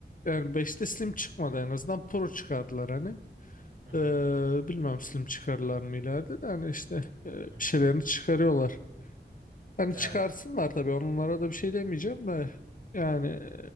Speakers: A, on the left; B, on the right.
A: yani beşte slim çıkmadı en azından pro çıkardılar hani.
B: Hı hı.
A: Ee, bilmem slim çıkarırlar mı ileride de hani işte e, bir
B: Hı hı.
A: şeylerini çıkarıyorlar. Hani
B: Evet.
A: çıkarsınlar tabii onlara da bir şey demeyeceğim de yani e,